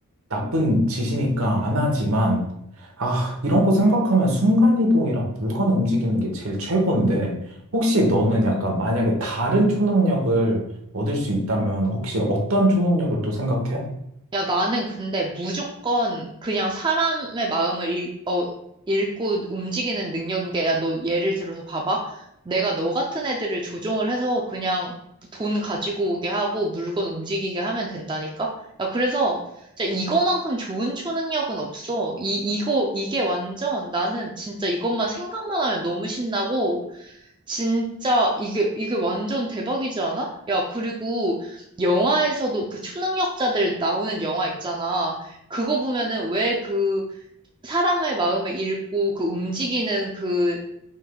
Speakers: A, on the right; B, on the right.
A: 나쁜 짓이니까 안 하지만, 아, 이런 거 생각하면 순간이동이랑 물건 움직이는 게 제일 최고인데, 혹시 너는 약간 만약에 다른 초능력을 얻을 수 있다면, 혹시 어떤 초능력을 또 생각해?
B: 야, 나는 근데 무조건 그냥 사람의 마음을 읽, 어, 읽고 움직이는 능력인 게, 야, 너 예를 들어서 봐봐. 내가 너 같은 애들을 조종을 해서 그냥 돈 가지고 오게 하고 물건 움직이게 하면 된다니까? 야, 그래서 진짜 이거만큼 좋은 초능력은 없어. 이, 이거, 이게 완전 나는 진짜 이것만 생각만 하면 너무 신나고, 진짜 이게 이게 완전 대박이지 않아? 야, 그리고 영화에서도 그 초능력자들 나오는 영화 있잖아. 그거 보면은 왜 그 사람의 마음을 읽고 그 움직이는 그